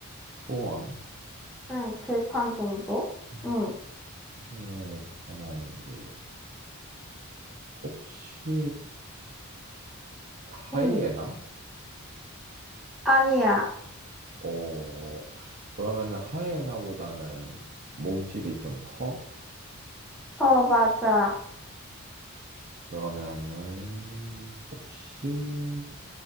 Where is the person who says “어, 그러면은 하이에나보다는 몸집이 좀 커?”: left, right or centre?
Right